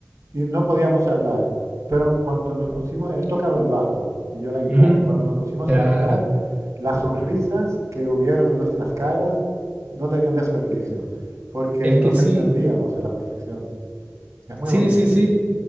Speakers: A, on the right; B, on the right.
A: y no podíamos hablar, pero en cuanto nos pusimos, él tocaba el bajo y yo la guitarra,
B: ujú,
A: y cuando nos pusimos
B: Claro.
A: a tocar, las sonrisas que hubieron en nuestras caras no tenían desperdicio, porque
B: Es
A: nos
B: que sí.
A: entendíamos a la perfección. Es muy
B: Sí,
A: bonito,
B: sí, sí.